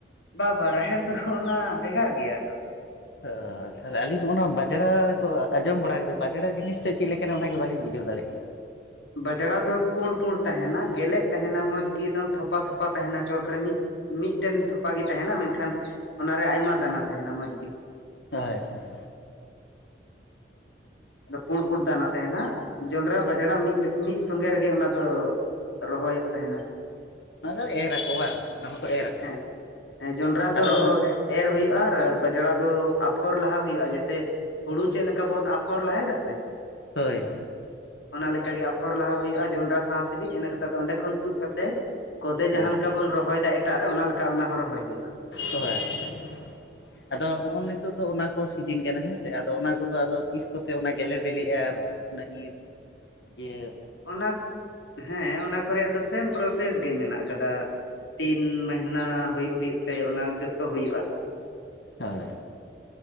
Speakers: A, on the left (about 90°); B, on the left (about 75°).
A: ᱵᱟᱼᱵᱟ ᱨᱟᱦᱮᱲ ᱫᱚ ᱚᱱᱟ ᱵᱷᱮᱜᱟᱨ ᱜᱮᱭᱟ ᱛᱚ᱾
B: ᱚᱻ ᱛᱟᱦᱞᱮ ᱟᱹᱞᱤᱧ ᱦᱚᱸᱜᱼᱚ ᱱᱟ ᱵᱟᱡᱽᱲᱟ ᱠᱚ ᱟᱸᱡᱚᱢ ᱵᱟᱲᱟ ᱠᱟᱫᱟ ᱵᱟᱡᱽᱲᱟ ᱡᱤᱱᱤᱥᱴᱟᱜ ᱪᱮᱜ ᱞᱮᱠᱟᱱᱟ ᱚᱱᱟᱜᱮ ᱵᱟᱞᱤᱧ ᱵᱩᱡᱷᱟᱹᱣ ᱫᱟᱲᱮᱜ ᱠᱟᱱᱟ᱾
A: ᱵᱟᱡᱽᱲᱟ ᱫᱚ ᱯᱳᱸᱲ ᱯᱳᱸᱲ ᱛᱟᱦᱮᱱᱟ ᱜᱮᱞᱮᱜ ᱛᱟᱦᱮᱱᱟ ᱢᱚᱸᱡᱽ ᱜᱮ ᱮᱫᱚᱢ ᱛᱷᱚᱯᱟ ᱛᱷᱚᱯᱟ ᱛᱟᱦᱮᱱᱟ ᱪᱚᱴᱨᱮ ᱢᱤᱜ ᱢᱤᱜᱴᱮᱱ ᱛᱷᱚᱯᱟ ᱜᱮ ᱛᱟᱦᱮᱱᱟ ᱢᱮᱱᱠᱷᱟᱱ ᱚᱱᱟᱨᱮ ᱟᱭᱢᱟ ᱫᱟᱱᱟ ᱛᱟᱦᱮᱱᱟ ᱢᱚᱸᱡᱽᱜᱮ᱾
B: ᱟᱪᱪᱷᱟ <unintelligible>
A: ᱟᱫᱚ ᱯᱳᱸᱰ ᱯᱳᱸᱰ ᱫᱟᱱᱟ ᱛᱮᱦᱮᱱᱟ᱾ ᱡᱚᱱᱰᱨᱟ ᱵᱟᱡᱽᱲᱟ ᱢᱤᱜ ᱢᱤᱜ ᱥᱚᱸᱜᱮ ᱨᱮᱜᱮ ᱚᱱᱟ ᱫᱚ ᱨᱚᱦᱚᱭᱚᱜ ᱛᱟᱦᱮᱱᱟ᱾
B: ᱚᱱᱟ ᱫᱚ ᱮᱨ ᱟᱠᱚ ᱵᱟᱝ ᱚᱱᱟ ᱦᱚᱸᱠᱚ ᱮᱨᱟᱠᱚ
A: ᱦᱮᱸ ᱡᱚᱱᱰᱨᱟ ᱫᱚ
B: ᱟᱫᱚ
A: ᱨᱚᱦᱚᱭ ᱮᱨ ᱦᱩᱭᱩᱜᱼᱟ ᱟᱨ ᱵᱟᱡᱽᱲᱟ ᱫᱚ ᱟᱯᱷᱚᱨ ᱞᱟᱦᱟ ᱦᱩᱭᱩᱜᱼᱟ ᱡᱮᱥᱮ ᱦᱩᱲᱩ ᱪᱮᱫ ᱞᱮᱠᱟ ᱵᱚᱱ ᱟᱯ ᱯᱷᱚᱨ ᱞᱟᱦᱟᱭᱫᱟ ᱥᱮ
B: ᱦᱳᱭ ᱦᱳᱭ᱾
A: ᱚᱱᱟ ᱞᱮᱠᱟᱜᱮ ᱟᱯᱷᱚᱨ ᱞᱟᱦᱟ ᱦᱩᱭᱩᱜᱼᱟ ᱡᱚᱱᱰᱨᱟ ᱥᱟᱣ ᱛᱮᱜᱤ ᱤᱱᱟᱹ ᱠᱟᱛᱮ ᱫᱚ ᱚᱸᱰᱮ ᱠᱷᱚᱱ ᱛᱩᱜ ᱠᱟᱛᱮ ᱠᱚᱫᱮ
B: ᱦᱮᱸ
A: ᱡᱟᱦᱟᱸ ᱞᱮᱠᱟ ᱵᱚᱱ ᱨᱚᱦᱚᱭᱫᱟ ᱮᱴᱟᱜ ᱨᱮ ᱚᱱᱟ ᱞᱮᱠᱟ ᱚᱱᱟ ᱦᱚᱸ ᱨᱚᱦᱚᱭ ᱦᱳᱭᱳᱜᱼᱟ᱾
B: <inaudible> ᱟᱫᱚ ᱦᱚᱸᱜ-ᱚ ᱱᱤᱛᱳᱜ ᱫᱚ ᱚᱱᱟ ᱠᱚ ᱥᱤᱡᱤᱱ ᱠᱟᱱᱟ ᱦᱮᱸ ᱥᱮ ᱟᱫᱚ ᱚᱱᱟ ᱠᱚᱫᱚ ᱟᱫᱚ ᱛᱤᱥ ᱠᱚᱛᱮ ᱚᱱᱟ ᱜᱮᱞᱮ ᱵᱮᱞᱮᱜᱼᱟ? ᱚᱱᱟ ᱤᱨ ᱜᱮ
A: ᱚᱱᱟ ᱦᱮᱸ ᱚᱱᱟ ᱠᱚ ᱨᱮᱭᱟᱜ ᱫᱚ ᱥᱮᱢ ᱯᱨᱚᱥᱮᱥ ᱜᱮ ᱢᱮᱱᱟᱜ ᱟᱠᱟᱫᱟ᱾ ᱛᱤᱱ ᱢᱮᱦᱱᱟ ᱦᱩᱭᱩᱜ ᱦᱩᱭᱩᱜ ᱛᱮ ᱚᱱᱟ ᱡᱚᱛᱚ ᱦᱩᱭᱩᱜᱼᱟ᱾
B: ᱦᱳᱭ